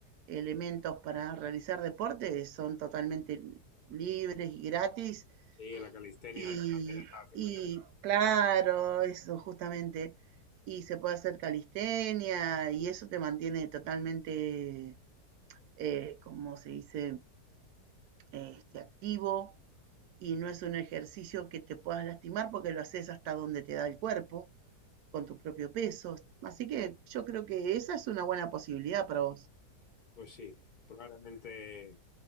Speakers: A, on the right; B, on the left.
A: elementos para realizar deporte son totalmente libres y gratis.
B: Sí, la calistenia
A: Y,
B: eso también estaba haciendo
A: y
B: yo mucho.
A: claro, eso justamente. Y se puede hacer calistenia y eso te mantiene totalmente, eh, como se dice, este, activo y no es un ejercicio que te puedas lastimar porque lo haces hasta donde te da el cuerpo con tu propio peso. Así que yo creo que esa es una buena posibilidad para vos.
B: Pues sí, probablemente